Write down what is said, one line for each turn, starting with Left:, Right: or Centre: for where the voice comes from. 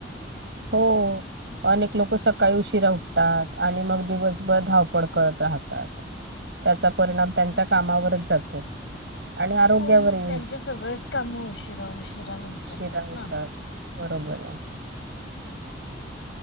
Right: हो अनेक लोक सकाळी उशीरा उठतात आणि मग दिवसभर करत राहतात. त्याचा परिणाम त्यांच्या कामावरच जातो आणि आरोग्यावरही
Left: हो मग त्यांचे सगळेच काम उशिरा उशिरा होत
Right: उशिरा
Left: जातात
Right: होतात.
Left: ना.
Right: बरोबर आहे.